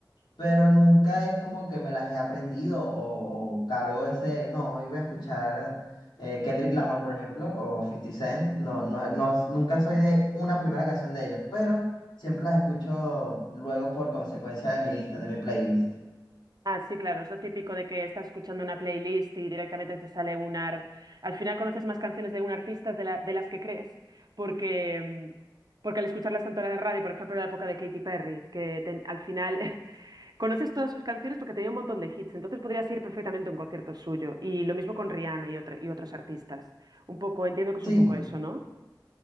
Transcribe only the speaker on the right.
Ah, sí, claro, es lo típico de que estás escuchando una playlist y directamente te sale un ar- Al final conoces más canciones de un artista de, la- de las que crees, porque, mm, porque al escucharlas tanto en la radio, por ejemplo, en la época de Katy Perry, que ten- al final <laughs> conoces todas sus canciones porque tenía un montón de hits, entonces podrías ir perfectamente a un concierto suyo. Y lo mismo con Rihanna y, otro- y otros artistas. Un poco, entiendo que es
un poco eso, ¿no?